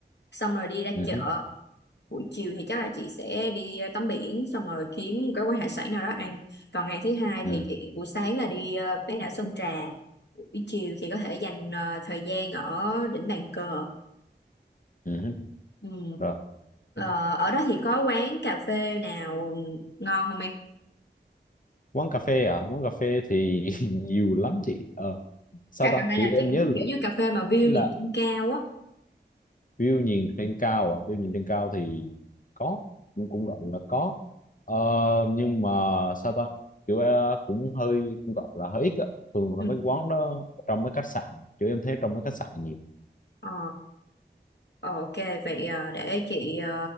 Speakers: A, on the left (about 70°); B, on the left (about 45°).
A: xong rồi đi ra
B: ừ,
A: chợ
B: hứ,
A: buổi chiều thì chắc là chị sẽ đi ờ, tắm biển xong rồi kiếm cái quán hải sản nào đó ăn còn ngày thứ hai
B: ừ,
A: thì chị buổi sáng là đi ờ, bán đảo Sơn Trà buổi chiều thì có thể dành ờ, thời gian ở đỉnh bàn cờ
B: ừ. hứ.
A: ừ.
B: Rồi.
A: Ờ, ở đó thì có quán cà phê nào ngon không em
B: quán cà phê à quán cà phê thì <laughs> nhiều lắm chị ờ sao
A: cà
B: ta
A: cà phê
B: kiểu
A: nào
B: em
A: chị muốn
B: nhớ là,
A: kiểu như cà phê mà view
B: ý là
A: nhìn trên cao á
B: view nhìn trên cao à view nhìn trên cao thì có cũng cũng gọi là có ờ, nhưng mà sao ta kiểu ờ, cũng hơi cũng gọi là hơi ít á thường
A: ừ.
B: là mấy quán đó trong mấy khách sạn kiểu em thấy trong mấy khách sạn nhiều
A: Ờ. Ờ, Ok, vậy à, để chị à,